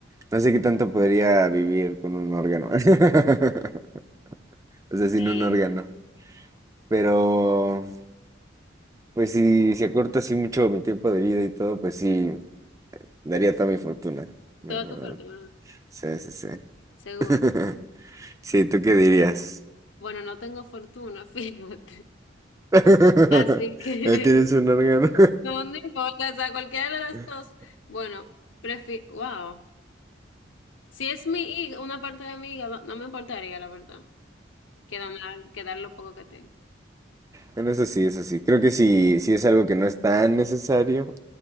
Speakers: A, on the right; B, on the left.
A: No sé qué tanto podría vivir con un órgano. <laughs> O sea, sin
B: Eh,
A: un órgano. Pero, pues si, si acorto así mucho mi tiempo de vida y todo, pues sí, daría toda mi fortuna. la
B: Toda tu fortuna,
A: Sí, sí, sí.
B: seguro.
A: <laughs> Sí, ¿tú qué dirías?
B: Bueno, no tengo fortuna, <laughs> fíjate.
A: <laughs> ¿No
B: Así que
A: tienes
B: <laughs>
A: un órgano?
B: no, no importa, o sea, cualquiera de las
A: <laughs>
B: dos. Bueno, prefi wow. Si es mi hígado, una parte de mi hígado, no me importaría, la verdad, que donar, que dar lo poco que tengo.
A: Bueno, eso sí, eso sí. Creo que sí, sí es algo que no es tan necesario.